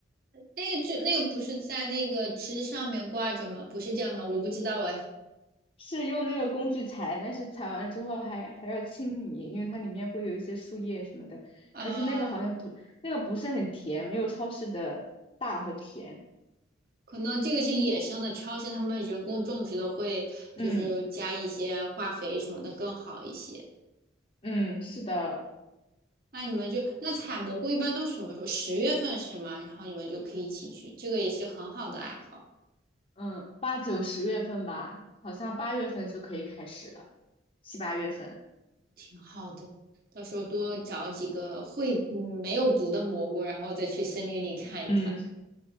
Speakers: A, on the right; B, on the left.
A: 那个就那个不是在那个枝上面挂着吗？不是这样的吗？我不知道哎。
B: 是用那个工具采，但是采完之后还还要清理，因为它里面会有一些树叶什么的，
A: 啊。
B: 而且那个好像不，那个不是很甜，没有超市的大和甜。
A: 可能这个是野生的，超市他们人工种植的会就是加一些化肥什么的更好一些。
B: 嗯嗯，是的。
A: 那你们就那采蘑菇一般都什么时候？十月份是吗？然后你们就可以一起去，这个也是很好的爱好，
B: 嗯，八九十月份吧，好像八月份就可以开始了，七八月份。
A: 挺好的。到时候多找几个会嗯没有毒的蘑菇，然后再去森林里看一看。
B: 嗯